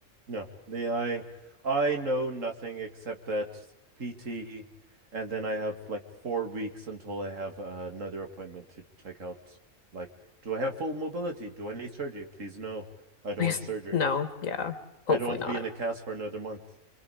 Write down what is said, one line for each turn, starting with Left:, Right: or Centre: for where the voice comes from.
Right: No, the I I know nothing except that PT and then I have like four weeks until I have uh, another appointment to check out. Like, do I have full mobility? Do I need surgery? Please no.
Left: <laughs>
Right: I don't
Left: Please.
Right: want surgery.
Left: No, yeah, hopefully
Right: I don't want
Left: not.
Right: to be in a cast for another month.